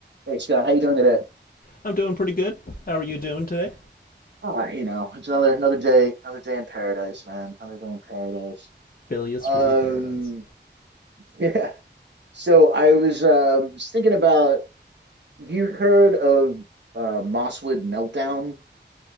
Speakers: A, on the right; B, on the left.
A: Hey Scott, how you doing today?
B: I'm doing pretty good. How are you doing today?
A: Ah, you know, it's another another day, another day in paradise, man. Another day in paradise.
B: Philly is
A: Um,
B: truly paradise.
A: <laughs> yeah. So I was um was thinking about, have you heard of uh Mosswood Meltdown?